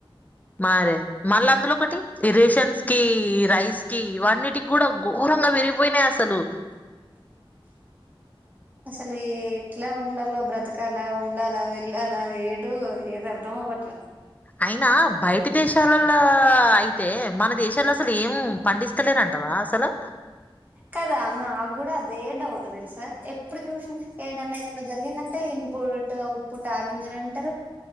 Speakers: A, on the left; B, on the right.
A: మరే మళ్ళ అందులో ఒకటి ఈ రేషన్స్ కి రైస్ కి ఇవన్నిటికి కూడా ఘోరంగా పెరిగిపోయినాయి అసలు
B: అసలు ఎట్లా ఉంలో బ్రతకాల ఉండాలా వెళ్ళాలా ఏటు ఏది అర్ధం అవ్వట్లా
A: అయినా బయటి దేశాలలో అయితే మన దేశాలు అసలు ఏం పండిస్తలేరంటవా వా అ సలు
B: కదా నాకు కూడా అదే డౌట్ తెలుసా ఎప్పుడు చూసిన ఏడన్నా ఏదన్నా జరిగంద టె ఇన్పుట్ అఔట్పుట్ ఆగింద అంటారు